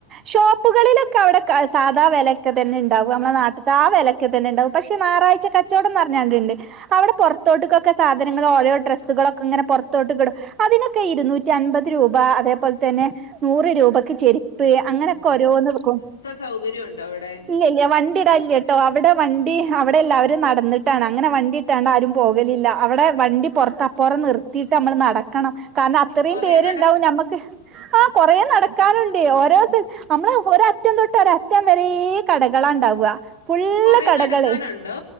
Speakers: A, on the right; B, on the left.
A: ഷോപ്പുകളിലൊക്കെ അവിടെ സാധാ വിലൊക്കെ തന്നെ ഉ ഉണ്ടാവും നമ്മ നാട്ടത്തെ ആ വിലൊക്കെ തന്നെ ഉണ്ടാവും പക്ഷ ഞറാഴ്ച കച്ചവടംന്ന് പറഞ്ഞണ്ട്ണ്ട് അവിടെ പുറത്തോട്ട്ക്കൊക്കെ സാധനൾ ഓരോ ഡ്രസ്സുകളൊക്കെങ്ങെ പുറത്തോട്ട് ക ഇടും അതിനൊക്കെ ഇരുന്നൂറ്റി അൻപത് രൂപ അതേപോലെ തന്നെ നൂറ് രൂപയ്ക്ക് ചെരിപ്പ് അങ്ങനെയൊക്കെ ഓരോന്ന് വക്കും
B: സൗകര്യണ്ടോ അവിടെ
A: ഇല്ല ഇല്ല വണ്ടി ഇട ഇല്ല കേട്ടോ അവിടെ വണ്ടി അവിടെ എല്ലാവരും നടന്നിട്ടാണ് അങ്ങനെ വണ്ടി ആരും പോകലില്ല അവിടെ വണ്ടി പുറത്തപ്പറം നിർത്തിയിട്ട് നമ്മൾ നട ക്കണം കാരണം അത്രയും
B: കൊറേ
A: പേരുണ്ടാവും
B: നട
A: മ്മക്ക് ആഹ കൊറേ നടക്കാനുണ്ട് ഓരോത്ത നമ്മള് ഒരറ്റം തൊട്ട് ഒ അറ്റം വരെ കടകളാണ്ടാവുക പുള്ള
B: കൊറേ
A: കടകളെ
B: നടക്കാനുണ്ടോ?